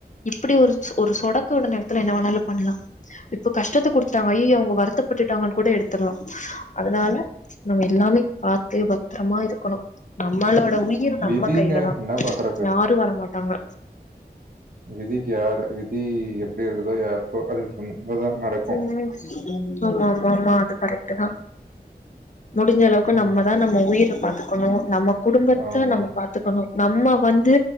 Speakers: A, on the left; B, on the right.
A: இப்பிடி ஒரு ஒரு சொடக்கு விழுந்த எடத்துல என்ன வேணாலு பண்ணலா இப்போ கஷ்டத்த குடுத்துட்டாங்க அய்யயோ அவுங்க வருத்தப்பட்டுட்டாங்கன் கூட எடுத்தர்லா அதனால நம்ம எல்லாமே பாத்து பத்தரமா இருக்கணு நம்மளோட உயிர் நம்ம
B: விதிங்க
A: கையில தா
B: என்ன பண்றது?
A: யாரு வரமாட்டாங்க
B: விதிக்கு யாரு விதி எப்பிடி இருக்குதோ யாருக்கோ அது சொல்லும்போதுதா நடக்கு
A: ம் ஆமா ஆமா ஆமா அது கரெக்ட்டு தா முடிஞ்ச அளவுக்கு
B: ஆ.
A: நம்மதா நம்ம உயிரு பாத்துக்கணு நம்ம குடும்பத்த
B: ஆமா.
A: நம்ம பாத்துக்கணு நம்ம வந்து